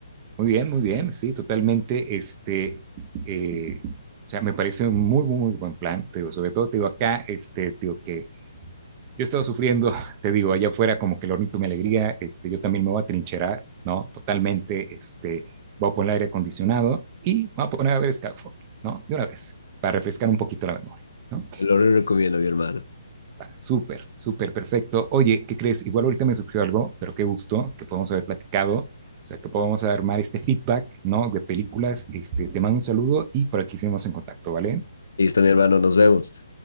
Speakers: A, on the right; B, on the left.
A: Muy bien, muy bien, sí, totalmente. Este, eh, o sea, me parece un muy, muy, muy buen plan, te digo, sobre todo, te digo, acá, este, te digo que yo estaba sufriendo, <laughs> te digo, allá afuera como que el hornito mi alegría, este, yo también me voy a trincherar, ¿no? Totalmente, este, voy a poner aire acondicionado y me voy a poner a ver Skyfall, ¿no? De una vez, para refrescar un poquito la memoria, ¿no?
B: Te lo recomiendo, mi hermano.
A: Ah, Súper, súper, perfecto. Oye, ¿qué crees? Igual ahorita me surgió algo, pero qué gusto que podamos haber platicado, o sea, que podamos armar este feedback, ¿no? De películas. Este, te mando un saludo y por aquí seguimos en contacto, ¿vale?
B: Listo, mi hermano, nos vemos.